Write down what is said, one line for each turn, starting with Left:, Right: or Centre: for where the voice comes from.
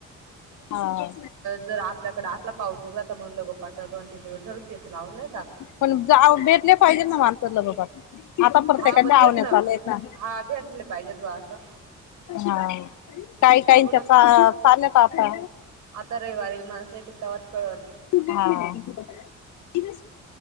Left: हा
Right: जर आपल्याकडं असला पाऊस उघडा तं मग, लगोपाट दोन तीन दिवस धरू तेच लावून, नाही का?
Left: पण जा भेटले पाहिजे ना माणसं लगोपाट. फ आता प्रत्येकाच्या
Right: हा मग तेच
Left: अवण्या चालू आहेत ना.
Right: हा भेटले पाहिजे तू असं
Left: हा. काई काईंच्या
Right: बघू ना
Left: चा चाल्यात आता.
Right: आता रविवारी माणसं येतील, तव्हाच कळंल.
Left: हा. अन